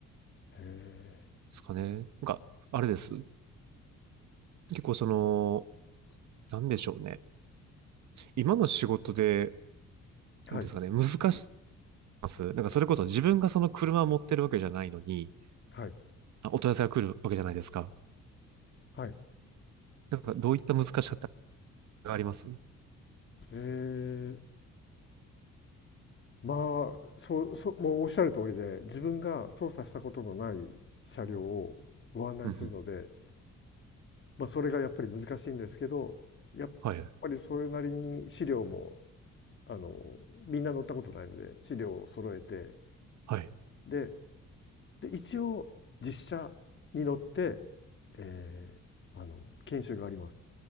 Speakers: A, on the left; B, on the right.
A: ああ、へ
B: すかね。なんか、あれです。結構その、なんでしょうね。今の仕事で、
A: え。
B: なんていうんですかね、
A: はい、
B: 難しいです。なんかそれこそ自分がその車を持ってるわけじゃないのに、
A: はい、
B: あ、お問い合わせが来るわけじゃないですか。
A: はい。
B: なんかどういった難しさってありますうん
A: ええ。まあそうそうもうおっしゃる通りで自分が操作したことのない車両をご案内するので、
B: うん。
A: まあ、それがやっぱり難しいんですけどやっぱりそれなりに資料も
B: はい。
A: あのみんな乗ったことないので資料を揃えて
B: はい。
A: でで一応実車に乗って、えーあの研修があります。